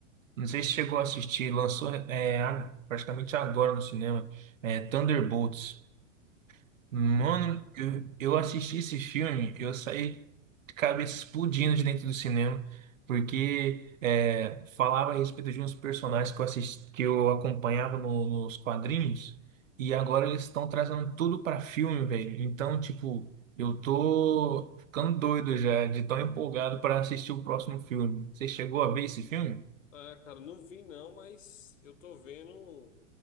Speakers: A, on the right; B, on the left.
A: não sei se chegou a assistir, lançou é, a- praticamente agora no cinema, é, Thunderbolts. Mano,
B: Hum?
A: eu, eu assisti esse filme, eu saí de cabeça explodindo de dentro do cinema, porque é, falava a respeito de uns personagens que eu assisti, que eu acompanhava no- nos quadrinhos, e agora eles estão trazendo tudo pra filme, velho. Então, tipo, eu tô ficando doido já, de tão empolgado pra assistir o próximo filme. Você chegou a ver esse filme?
B: Ah, cara, não vi não, mas eu tô vendo